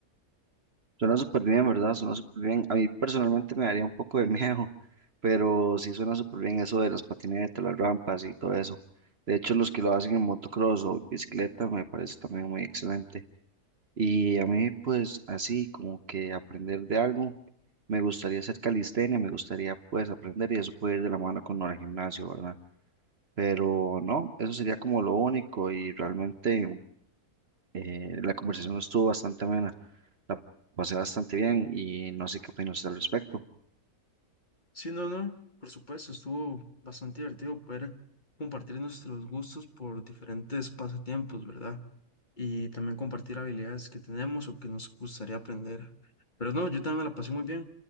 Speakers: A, on the right; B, on the left.
A: Suena súper bien, ¿verdad? Suena súper bien. A mí personalmente me daría un poco de <laughs> miedo, pero sí suena súper bien eso de las patinetas, las rampas y todo eso. De hecho, los que lo hacen en motocross o bicicleta me parece también muy excelente. Y a mí, pues así como que aprender de algo, me gustaría hacer calistenia, me gustaría pues aprender y eso puede ir de la mano con el gimnasio, ¿verdad? Pero no, eso sería como lo único y realmente eh, la conversación estuvo bastante amena. La pasé bastante bien y no sé qué opina usted al respecto.
B: Sí, no, no, por supuesto, estuvo bastante divertido poder compartir nuestros gustos por diferentes pasatiempos, ¿verdad? Y también compartir habilidades que tenemos o que nos gustaría aprender. Pero no, yo también me la pasé muy bien.